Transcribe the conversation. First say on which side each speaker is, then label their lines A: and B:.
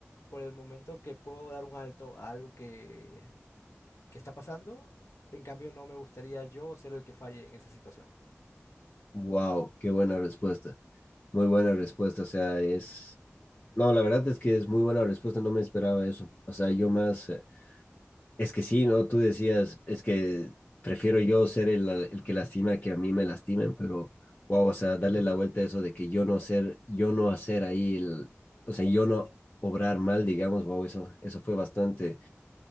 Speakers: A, on the left; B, on the left.
A: por el momento que puedo dar un alto a algo que, que está pasando. En cambio, no me gustaría yo ser el que falle en esa situación.
B: Wow, qué buena respuesta. Muy buena respuesta. O sea, es... No, la verdad es que es muy buena respuesta. No me esperaba eso. O sea, yo más... eh, Es que sí, ¿no? Tú decías, es que prefiero yo ser el, el que lastima que a mí me lastimen, pero wow, o sea, darle la vuelta a eso de que yo no ser, yo no hacer ahí el, o sea, yo no obrar mal, digamos, wow, eso, eso fue bastante,